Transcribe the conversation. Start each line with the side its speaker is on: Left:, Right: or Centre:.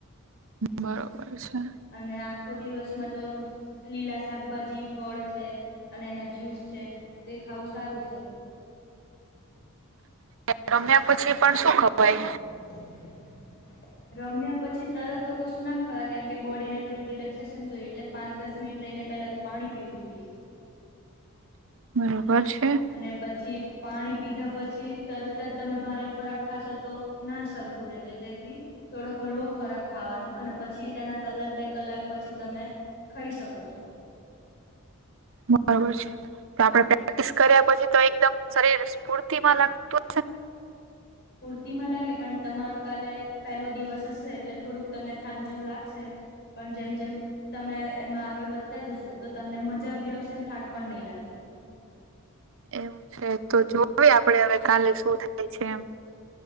Right: બરોબર છે.
Left: અને આખો દિવસમાં તો લીલા સાક ભાજી ફળ છે અને એના જ્યુસ છે, તે ખાવું સારું છે.
Right: તે રમ્યા પછી પણ શું ખવાય.
Left: <inaudible> રમ્યા પછી તરત તો કશું ના ખવા કેમ કે બોડીને થોડું રિલેક્સેશન જોઈએ એટલે પાંચ દસ મિનિટ રહીને પહેલા તો, પાણી પીવું જોઈએ.
Right: બરોબર છે.
Left: અને પછી પાણી પીધા પછી તરત જ તમે ભારે ખોરાક ખાશો તો, ના સરખું રે એટલે તેથી થોડો હળવો ખોરાક ખાવાનો અને પછી તેના કલાક બે કલાક, પછી તમે ખઈ શકો છો.
Right: બરાબર છે તો આપડે પ્રેક્ટિસ કર્યા પછી તો એકદમ શરીર સ્ફૂર્તિમાં લાગતું હોય,
Left: પૂર્તિ માં લાગે પણ તમારો કાલે પેલો દિવસ હશે એટલે થોડુંક તમને થાક જેવું લાગશે. પણ જેમ જેમ, તમે એમાં આગળ વધતા જશો તો તમને મજા ભી આવશે ને થાક પણ નહી લાગે.
Right: એમ છે તો જોવી આપડે હવે કાલે શું થાય છે એમ,